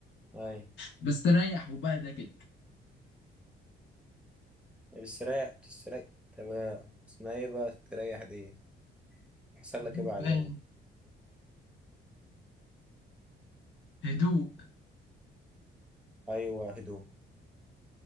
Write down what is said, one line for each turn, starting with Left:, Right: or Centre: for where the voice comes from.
Centre: أيوة
Left: بستريح وبهدى كده
Centre: بتستريح بتستريح تمام اسمها إيه بقى تريح دي؟ يحصل
Left: هدوء
Centre: لك إيه بعدها؟
Left: باين هدوء
Centre: أيوة هدوء